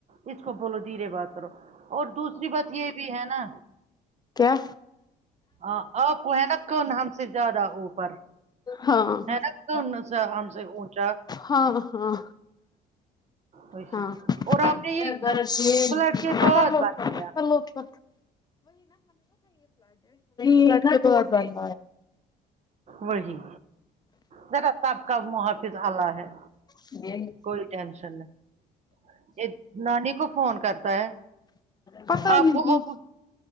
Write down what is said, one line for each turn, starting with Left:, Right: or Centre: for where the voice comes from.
Right: اس کو بولو دھیرے بات کرو اور دوسری بات یہ بھی ہے نا
Left: کیا
Right: آ، آپ کو ہے نا کون ہم سے زیادہ اوپر
Left: ہاں
Right: ہے
Left: <unintelligible>
Right: نا سے ہم سے او نچا <unintelligible>
Left: ہاں ہاں
Right: ویسی
Left: ہاں
Right: اور آپ نے یہ
Left: <unintelligible>
Right: فلڈ کے بعد
Left: <unintelligible> کرلو
Right: بنایا
Left: اوپر کرلو اوپر <unintelligible>
Right: وہی ذرا سب کا محافظ اللہ ہے
Left: جی
Right: کوئی ٹینشن نہیں یہ نانی کو فون کرتا ہے
Left: پتہ
Right: آپ
Left: نہیں
Right: کو ابو